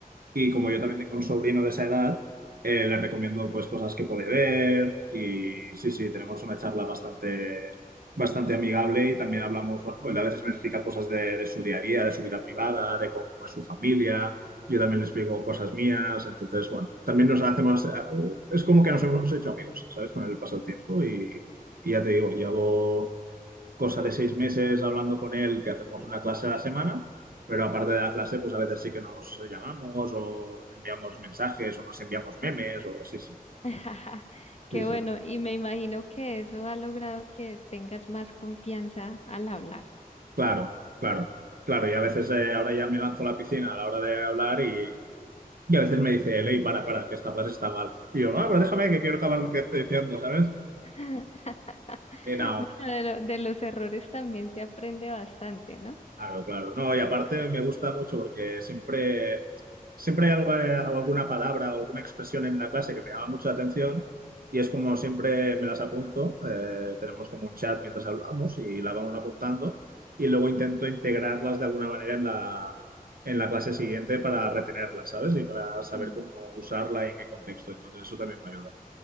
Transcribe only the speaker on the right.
y como
yo también tengo un sobrino de esa edad, eh, le recomiendo pues cosas que puede ver y sí, sí, tenemos una charla bastante, bastante amigable y también hablamos, bueno, él a veces me explica cosas de, de su día a día, de su vida privada, de cómo es su familia, yo también le explico cosas mías, entonces, bueno, también nos hacemos, eh, es como que nos hemos hecho amigos, ¿sabes? Con el paso del tiempo y, y ya te digo, llevo cosa de seis meses hablando con él, que hacemos una clase a la semana, pero aparte de la clase, pues a veces sí que nos llamamos o nos enviamos mensajes o nos enviamos memes o sí, sí,
sí, sí.
Claro, claro, claro. Y a veces eh, ahora ya me lanzo a la piscina a la hora de hablar y, y a veces me dice él, "Ey, para, para, que esta frase está mal. Y yo, no, pero déjame que quiero acabar lo que estoy diciendo, ¿sabes?
Y nada,
Claro, claro. No, y aparte me gusta mucho porque siempre, siempre hay algo- eh, alguna palabra o alguna expresión en la clase que me llama mucho la atención y es como siempre me las apunto. Eh, tenemos como un chat mientras hablamos y la vamos apuntando y luego intento integrarlas de alguna manera en la, en la clase siguiente para retenerlas, ¿sabes? Y para saber
cómo usarla y en qué contexto. Entonces eso también me ayuda.